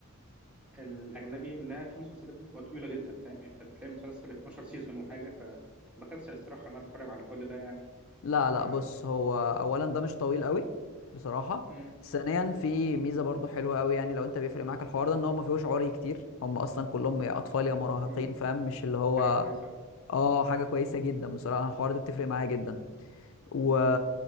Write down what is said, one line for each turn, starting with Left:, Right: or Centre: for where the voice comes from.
Centre: الاجنبي انها في مسلسلات بتبقى طويله جدا فاهم يعني انت بتلاقي مسلسل 12 سيزون وحاجه فبكسل الصراحه ان انا اتفرج على كل ده يعني
Left: لا لا
Centre: ف
Left: بص هو أولا ده مش طويل قوي بصراحة
Centre: مم.
Left: ثانيا في ميزة برضو حلوة قوي يعني لو أنت بيفرق معاك الحوار ده إن هو ما فيهوش عري كتير هم أصلا كلهم يا أطفال يا مراهقين
Centre: مم.
Left: فاهم مش اللي هو
Centre: حاجه كويسه برضه
Left: اه حاجة كويسة جدا بصراحة الحوار ده بتفرق معايا جدا و...
Centre: مم.